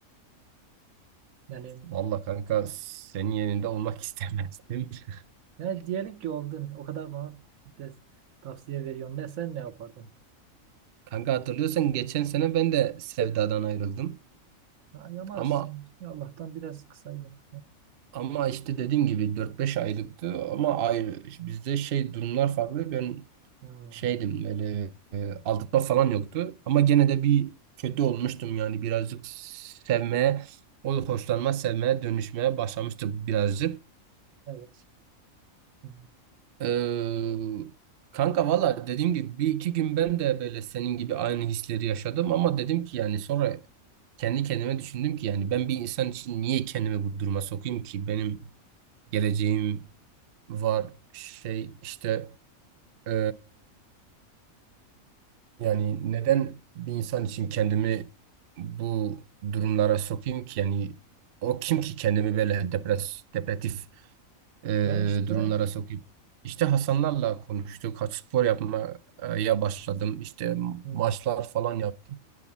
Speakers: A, on the right (about 75°); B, on the right (about 55°).
A: Yani
B: Vallahi kanka senin yerinde olmak istemezdim. <laughs>
A: yani diyelim ki oldun. O kadar bana des- tavsiye veriyorsun. Ne sen ne yapardın?
B: Kanka hatırlıyorsan geçen sene ben de Sevda'dan ayrıldım.
A: Ha, yamazsın.
B: Ama
A: Allah'tan biraz kısaydın.
B: ama işte dediğim gibi dört beş aylıktı ama ayrı, bizde şey durumlar farklı. Ben
A: Hmm.
B: şeydim böyle e, aldatma falan yoktu. Ama gene de bir kötü olmuştum yani birazcık sevmeye, o hoşlanma sevmeye dönüşmeye başlamıştı birazcık.
A: Evet. Hmm.
B: Ee, kanka valla dediğim gibi bir iki gün ben de böyle senin gibi aynı hisleri yaşadım ama dedim ki yani sonra kendi kendime düşündüm ki yani ben bir insan için niye kendimi bu duruma sokayım ki benim geleceğim var şey işte e, Yani neden bir insan için kendimi bu durumlara sokayım ki? Yani o kim ki kendimi böyle depres, depresif e,
A: Ya işte
B: durumlara sokayım? İşte Hasanlarla
A: iş
B: konuştuk. Haç spor yapmaya başladım. İşte
A: hmm.
B: maçlar falan yaptım.